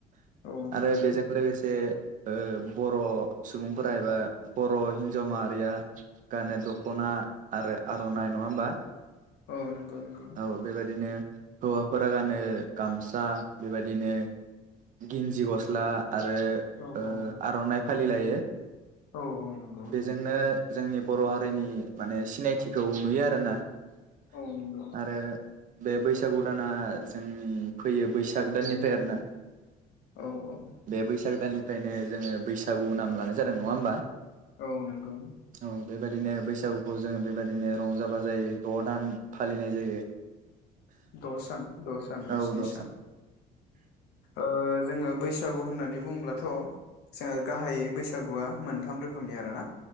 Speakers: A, on the left; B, on the right.
A: औ नंगौ
B: आरो बेजों लोगोसे ओ बर' सुबुंफोरा एबा बर' हिनजाव माहारिया गानो दख'ना आ आरो आर'नाइ नंङा होमबा?
A: औ नोंगौ नोंगौ।
B: औ बेबायदिनो हौवाफोरा गानो गामसा बेबायदिनो गिन्जि गस्ला आरो
A: औ
B: ओ‌
A: औ
B: आरननाइ फालि लायो।
A: औ औ नंगौ
B: बेजोंनो जोंनि बर' हा नि माने सिनायथिखौ नुयो आरोना।
A: औ नोंगौ।
B: आरो बे बैसागु दाना जोंनि फैयो बैसाग दाननिफ्राय आरोना।
A: औ औ
B: बे बैसाग दाननिफ्रायनो जोंङो बैसागु नाम लानाय जादों नंङा होमबा?
A: औ नोंगौ।
B: औ बेबायदिनो बैसागुखौ जोंङो बेबायदिनो रंजााबा जायो द' दान फालिनाय जायो।
A: द'सान द'सान एबा
B: औ
A: स्नि
B: द'
A: सान ओ जोंङो बैसागु होननानै बुंब्ला थ' जोंङो गाहायै बैसागुआ मोनथाम रोखोमनि आरोना